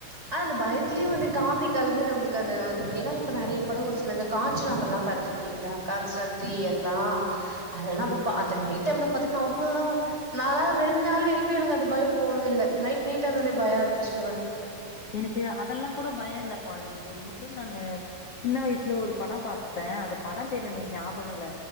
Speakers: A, on the right; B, on the left.
A: ஆனா அந்த பயத்துலயும் வந்து காமடி கலந்து நம்மளுக்கு வந் ஏன்னா இப்ப நெறையடம் ஒரு சில இந்த காஞ்சனா படம்எல்லாம் பாத்து இருக்கீங்களா காஞ்சனா தீரிஎதல்லாம் அதெல்லாம்ப்ப அந்த நைட் டைம்ல பாத்தீங்கன்னா அவ்ளவுதான்க நாலா ரெண்ட் இருந்தாலும் எனக்கு அந்த பயம் போவே இல்ல நைட் லேட்டா வந்தலயே பயம் இருக்கும் செவட்
B: எனக்கு அதெல்லாம் கூட பயம் இல்லப்பா எனக்கு ஒரு முறை நானு சின்ன வயசுல ஒரு படம் பாத்தேன் அந்த படம் பேரு எனக்கு ஞாபகம் இல்ல